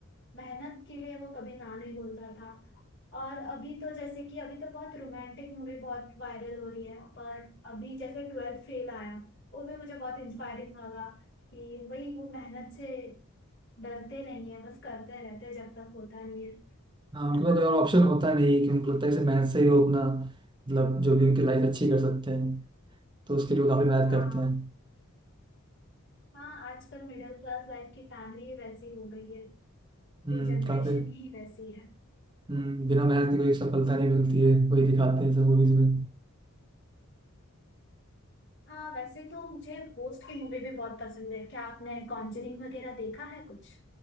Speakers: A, on the left; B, on the right.
A: मेहनत के लिए वो कभी ना नहीं बोलता था और अभी तो जैसे कि अभी तो बहुत रोमांटिक मूवी बहुत वायरल हो रही है पर अभी जैसे ट्वेल्थ फेल आया वो भी मुझे बहुत इंस्पायरिंग लगा कि वही वो मेहनत से डरते नहीं है बस करते रहते हैं जब तक होता नहीं है
B: हाँ उनके
A: है ना
B: पास कोई और ऑप्शन होता नहीं है कि उनको लगता है कि सिर्फ मेहनत से ही वो अपना मतलब जो भी उनकी लाइफ अच्छी कर सकते हैं तो उसके लिए वो काफी मेहनत
A: हाँ
B: करते हैं
A: हाँ आजकल मिडिल क्लास लाइफ की फैमिली ही वैसी हो गई है पूरी
B: हम्म
A: जनरेशन
B: काफी
A: ही वैसी है
B: हम्म बिना मेहनत के कोई सफलता नहीं मिलती है वही दिखाते हैं सब मूवीज में
A: हाँ वैसे तो मुझे होस्ट की मूवी भी बहुत पसंद है क्या आपने कॉन्जरिंग वगैरह देखा है कुछ